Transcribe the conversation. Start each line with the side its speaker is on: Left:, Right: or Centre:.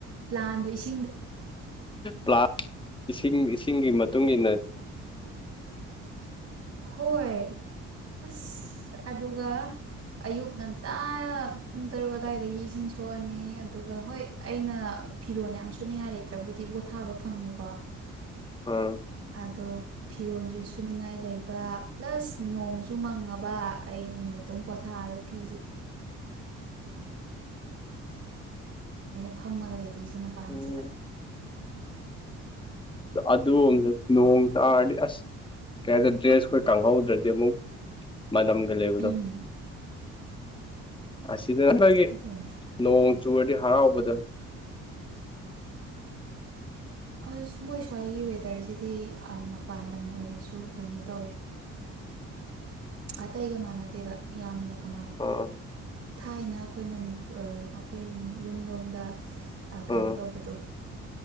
Right: ꯄ꯭ꯂꯥꯟꯗꯣꯁꯤꯡ
Left: ꯄꯥꯁ ꯏꯁꯤꯡ ꯏꯁꯤꯡꯒꯤ ꯃꯇꯨꯡ ꯏ ꯃꯇꯨꯡꯏꯟꯅ
Right: ꯍꯣꯏ ꯑꯁ ꯑꯗꯨꯒ ꯑꯌꯨꯛ ꯉꯟꯇꯥ ꯄꯨꯡ ꯇꯔꯨꯛ ꯑꯗꯨꯋꯥꯏꯗꯒꯤ ꯏꯁꯤꯡ ꯁꯣꯛꯑꯅꯤ ꯑꯗꯨꯒ ꯍꯣꯏ ꯑꯩꯅ ꯐꯤꯔꯣꯟ ꯌꯥꯝ ꯁꯨ ꯉꯥꯏ ꯂꯩꯇ꯭ꯔꯕꯨꯗꯤ ꯄꯣꯊꯥꯕ ꯐꯪꯉꯦꯀꯣ
Left: ꯑꯝ
Right: ꯑꯗꯣ ꯐꯤꯔꯣꯁꯨ ꯁꯨꯅꯤꯡꯉꯥꯏ ꯂꯩꯕ ꯄ꯭ꯂꯁ ꯅꯣꯡꯁꯨ ꯃꯪꯉꯕ ꯑꯩ ꯅꯨꯃꯤꯠꯇꯨ ꯄꯣꯊꯥꯔ ꯇꯦ ꯑꯗꯨꯏꯁꯦ ꯃꯄꯥꯟꯁꯤꯗ
Left: ꯎꯝ ꯑꯗꯨ ꯅꯣꯡ ꯇꯥꯔꯗꯤ ꯑꯁ ꯀꯩ ꯍꯥꯏꯗ ꯗ꯭ꯔꯦꯁ ꯑꯩꯈꯣꯏ ꯀꯥꯡꯍꯧꯗ꯭ꯔꯗꯤ ꯑꯃꯨꯛ ꯃꯅꯝꯒ ꯂꯩꯕꯗꯣ
Right: ꯎꯝ
Left: ꯑꯁꯤꯗ ꯑꯩꯈꯣꯏꯒꯤꯣꯡ
Right: ꯑꯗꯨꯅꯦ
Left: ꯨꯋꯥꯗꯤ ꯍꯔꯑꯣ ꯗꯜ
Right: ꯑ ꯃꯣꯏ ꯁ꯭ꯋꯥꯏꯒꯤ ꯋꯦꯗꯔꯁꯤꯗꯤ ꯃꯄꯥꯟ ꯂꯝ ꯑꯣꯏꯔꯁꯨ ꯀꯩꯅꯣ ꯇꯧꯋꯦ ꯑꯇꯩꯒ ꯃꯥꯟꯅꯗꯦꯕ ꯌꯥꯝꯅ ꯀ
Left: ꯑꯥ
Right: ꯊꯥꯏꯅ ꯑꯩꯈꯣꯏ ꯃꯅꯤ ꯑꯩꯈꯣꯏ ꯌꯨꯝꯂꯣꯝꯗ ꯀꯩꯅꯣ
Left: ꯎꯝ
Right: ꯇꯧꯕꯗꯣ